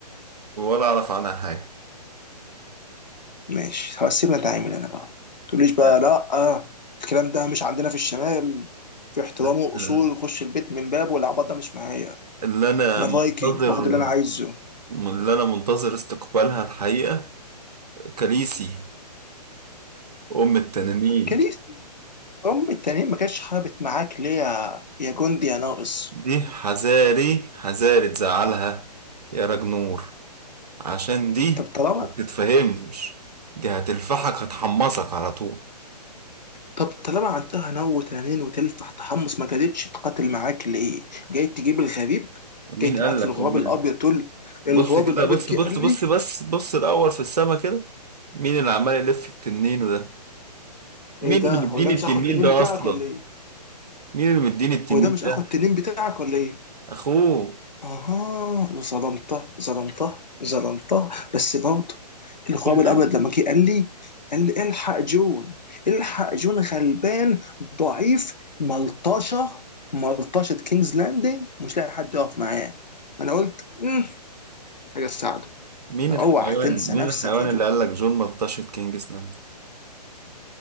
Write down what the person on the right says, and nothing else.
ولا أعرف عنها حاجة
يعني
بس،
آه،
اللي أنا
منتظر
اللي أنا منتظر استقبالها الحقيقة كاليسي أم التنانين
دي حذاري حذاري تزعلها يا راج نور عشان دي
ما بتتفهمش دي هتلفحك هتحمصك على طول
مين
قال لك
أمان
بص
كده
بص
بص
بص
بس بص الأول في السما كده مين اللي عمال يلف التنين ده مين
اللي
مديني
التنين
ده
أصلا
مين اللي مديني التنين
ده
أخوه
مين
مين
الحيوان
مين
الحيوان
اللي قال لك جون ملطشة كينجز لاند